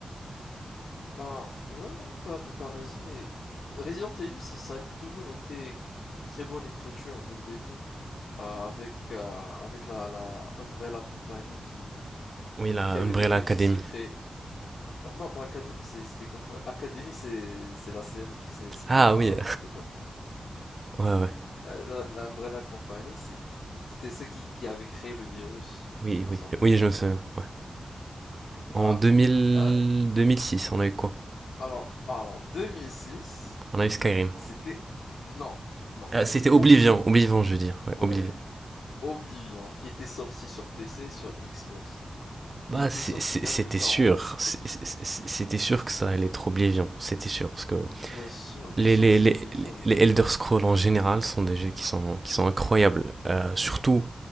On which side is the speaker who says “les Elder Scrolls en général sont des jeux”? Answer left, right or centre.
Right